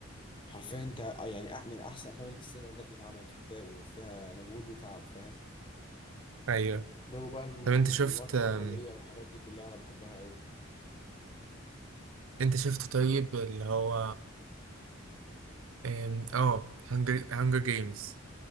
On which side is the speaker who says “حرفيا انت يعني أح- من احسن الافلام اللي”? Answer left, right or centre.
Left